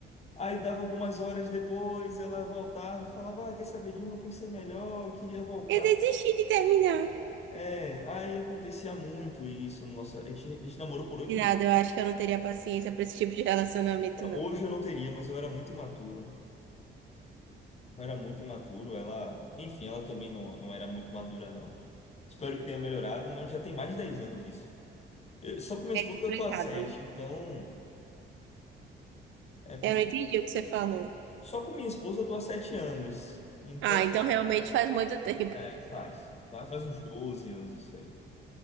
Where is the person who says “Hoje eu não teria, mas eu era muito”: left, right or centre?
Left